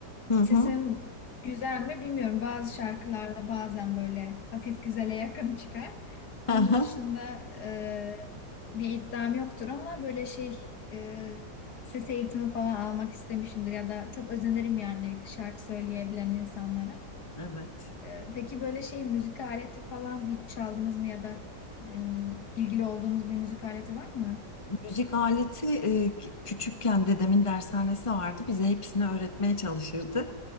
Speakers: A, on the left (about 20°); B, on the left (about 65°).
A: Hı hı.
B: Sesim güzel mi bilmiyorum. Bazı şarkılarda bazen böyle hafif güzele yakın çıkar.
A: <laughs>
B: Onun
A: Aha.
B: dışında e, bir iddiam yoktur ama böyle şey e, ses eğitimi falan almak istemişimdir ya da çok özenirim yani şarkı söyleyebilen insanlara.
A: Evet.
B: E, peki böyle şey müzik aleti falan hiç çaldınız mı ya da e, ilgili olduğunuz bir müzik aleti var mı?
A: Müzik aleti e, ki- küçükken dedemin dershanesi vardı. Bize hepsini öğretmeye çalışırdı.